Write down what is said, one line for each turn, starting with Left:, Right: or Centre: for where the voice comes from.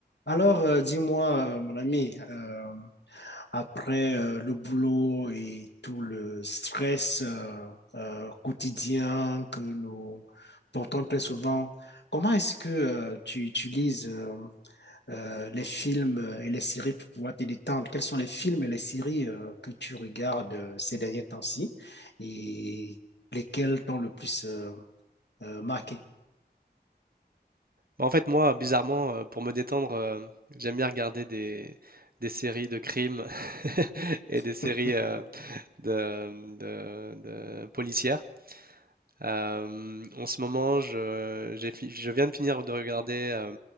Left: Alors, euh, dis-moi, euh, mon ami, euh, après euh, le boulot et tout le stress euh, euh, quotidien que nous portons très souvent, comment est-ce que euh, tu utilises euh, euh, les films et les séries pour pouvoir te détendre? Quels sont les films et les séries euh, que tu regardes euh, ces derniers temps-ci et lesquels t'ont le plus euh, euh, marqué?
Right: Bah, En fait, moi, bizarrement, euh, pour me détendre, euh, j'aime bien regarder des, des séries de crimes <laughs> et des
Left: <laughs>
Right: séries euh, de, de- de policières. Euh, en ce moment, je, j'ai fi- je viens de finir de regarder euh,